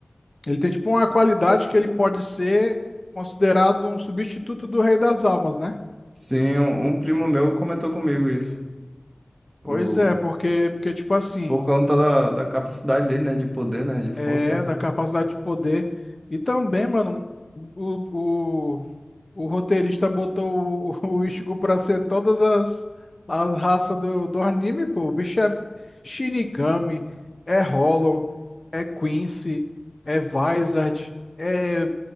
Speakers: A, on the left (about 35°); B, on the right (about 35°).
A: ele tem tipo uma qualidade que ele pode ser considerado um substituto do Rei das Almas, né?
B: Sim, um, um primo meu comentou comigo isso. O,
A: Pois é, porque porque tipo assim,
B: por conta da, da capacidade dele, né? De poder, né? De força.
A: é da capacidade de poder e também, mano, o, o- O roteirista botou o, o Ichigo pra ser todas as, as raças do, do anime, pô. O bicho é Shinigami, é Hollow, é Quincy, é Vizard, é